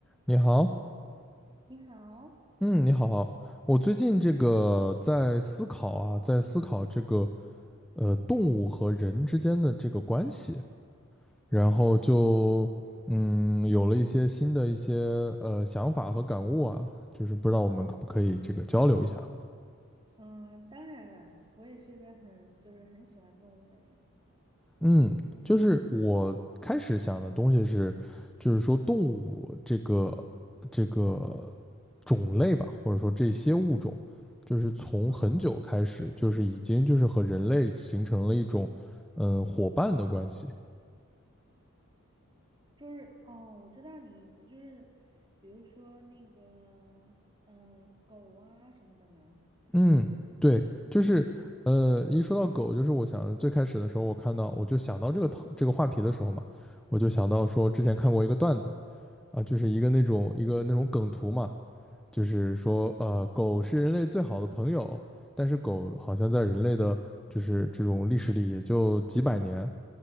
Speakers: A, in the centre; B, on the right.
A: 你好，
B: 你好，
A: 嗯，你好，我最近这个在思考啊，在思考这个呃动物和人之间的这个关系，然后就嗯有了一些新的一些呃想法和感悟啊，就是不知道我们可不可以这个交流一下。
B: 嗯，当然了，我也是一个很就是很喜欢动物的人，
A: 嗯，就是我开始想的东西是，就是说动物这个这个种类吧，或者说这些物种，就是从很久开始，
B: 啊，
A: 就是已经就是和人类形成了一种嗯、呃伙伴的关系。
B: 就是哦，我知道你意思，就是比如说那个，嗯、狗啊什么的嘛，
A: 嗯，对，就是呃，一说到狗，就是我想最开始的时候，我看到我就想到这个讨这个话题的时候嘛，我就想到说之前看过一个段子啊，就是一个那种一个那种梗图嘛。就是说，
B: 嗯，
A: 呃，狗是人类最好的朋友，但是狗好像在人类的，就是这种历史里也就几百年，